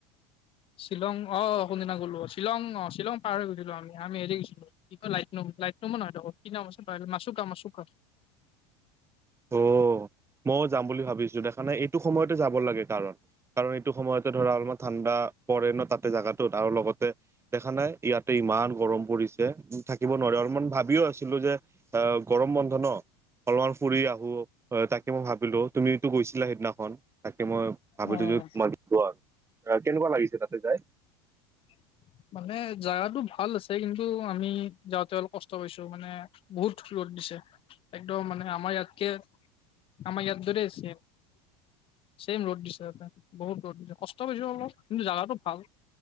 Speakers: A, on the left (about 40°); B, on the right (about 20°).
A: শ্বিলং অ কোনদিনা গ'লো শ্বিলং অ শ্বিলং পাৰ হৈ গৈছিলো আমি আমি হেৰি গেছিলো কি লাইট লাইট নম ন কি নাম আছে মাছুকা মাছুকা। <inaudible>
B: উম। মইও যাম বুলি ভাবিছিলো দেখানে এইটো সময়তে যাব লাগে কাৰণ, কাৰণ এইটো সময়তে ধৰা অলপমান ঠাণ্ডা আ, পৰে ন তাতে জাগাটোত আৰু লগতে দেখা নাই ইয়াতে ইমান গৰম পৰিছে, টো থা থাকিব নোৱাৰে অলপমান ভাবিও আছিলো যে অ গৰম বন্ধ ন, অলপমান ফুৰি আহো অ তাকে মই ভাবিলো তুমিতো গৈছিলা সেইদিনাখন। তে মই ভাবিলো
A: অ',
B: যে তোমাক দিব আৰু কেনেকুৱা লাগিছে তাতে যায়?
A: <unintelligible> মানে জাগাতো ভাল আছে কিন্তু আমি যাওঁতে অলপ কষ্ট পাইছো মানে বহুত ৰদ দিছে। ছে, একদম মানে আমাৰ ইয়াতকে আমাৰ ইয়াত যদি ছেম ছেম ৰ'দ দিছে ততে বহুত ৰ'দ দিছে কষ্ট কৰিছো অলপ কিন্তু জাগাটো ভাল।